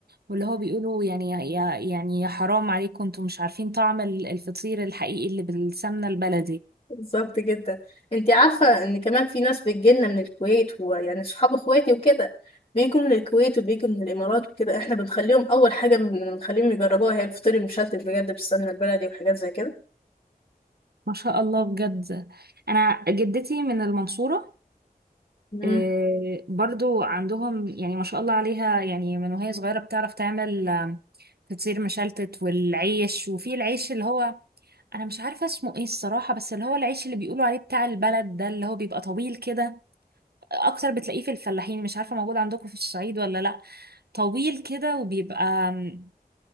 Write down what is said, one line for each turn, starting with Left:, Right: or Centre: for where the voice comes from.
Right: واللي هو بيقولوا يعني يا يعني يا حرام عليكم انتوا مش عارفين طعم ال- الفطير الحقيقي اللي بالسمنة البلدي
Left: بالظبط جدا انت عارفة ان كمان في ناس بتجيلنا من الكويت ويعني صحاب اخواتي وكده بيجوا من الكويت وبيجوا من الامارات وكده احنا بنخليهم اول حاجة بنخليهم يجربوها هي الفطير المشلتت بجد بالسمنة البلدي وحاجات زي كده
Right: ما شاء الله بجد انا جدتي من المنصورة
Left: مم.
Right: آه، برضو عندهم يعني ما شاء الله عليها يعني من وهي صغيرة بتعرف تعمل آم، فطير مشلتت والعيش وفي العيش اللي هو انا مش عارفة اسمه ايه الصراحة بس اللي هو العيش اللي بيقولوا عليه بتاع البلد ده اللي هو بيبقى طويل كده اكتر بتلاقيه في الفلاحين مش عارفه موجود عندكم في الصعيد ولا لا طويل كده وبيبقى م،